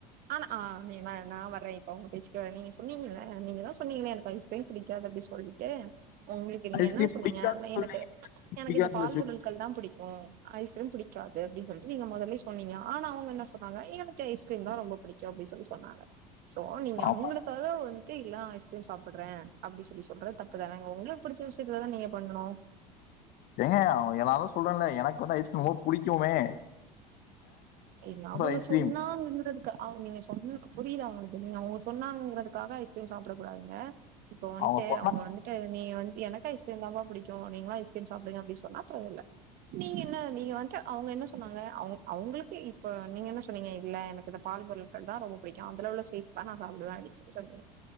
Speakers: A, on the right; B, on the left.
A: ஆனா ஆ நீ நா நா வர்றே இரு அவுங்க பேச்சுகாக நீங்க சொன்னீங்கல்ல நீங்க தா சொன்னீங்களே எனக்கு ஐஸ்கிரீம் புடிக்காது அப்டி சொல்லிட்டு உங்களுக்கு நீங்க
B: ஐஸ்கிரீம்
A: என்ன சொன்னீங்க
B: பிடிக்காதுன்னு
A: எனக்கு
B: சொல்லி
A: எனக்கு
B: பிடிக்காதுன்னு
A: இந்த பால்
B: சொல்லி சு-
A: பொருட்கள் தா புடிக் கும் ஐஸ்கிரீம் புடிக்காது அப்டின் சொல்ட்டு நீங்க மொதல்லே சொன்னீங்க ஆனா அவுங்க என்ன சொன்னாங்க எனக்கு ஐஸ்கிரீம் தா ரொம்ப புடிக்கு அப்டின் சொல்லி சொன்னாங்க சோ நீங்க அவுங்களுக்
B: ஆமா.
A: கத வந்துட்டு இல்லா ஐஸ்கிரீம் சாப்புட்றே அப்டி சொல்லி சொல்றது தப்புதானங்க உங்களுக்கு புடிச்ச விஷயத்துல தா நீங்க பண்ணனு
B: ஏங்க அவுங்க எதாவது சொல்றேன்ல எனக்கு வந்து ஐஸ்கிரீம் ரொம்ப புடிக்குமே
A: ஏங்க அவுங்க
B: ஐஸ்கிரீம்
A: சொன்னாங்குறதுக்கா அவுங்க நீங்க சொன்னதுக்கு புரியுதா அவுங்களுக்கு நீங்க அவுங்க சொன்னாங்கிறதுக்காக ஐஸ்கிரீம் சாப்புட கூடாதுங்க இப்போ வன்ட்டு
B: அவங்க சொன்னா
A: அவுங்க வந்துட்டு நீங்க வந்து எனக் ஐஸ்கி கிரீம் தாங்க புடிக்கு நீங்களா ஐஸ்கிரீம் சாப்டுங்க அப்டின்னு சொன்னா பரவால்ல நீங்க என்ன நீங்க வன்ட்டு அவுங்க என்ன சொன்னாங்க அவுங் அவுங்களுக்கு இப்ப நீங்க என்ன சொன்னீங்க இல்ல எனக்கு இந்த பால் பொருள்கள் தா ரொம்ப புடிக்கு அதுல உள்ள ஸ்வீட் தா நா சாப்டுவே நீங்க சொன் சொன்னிங்க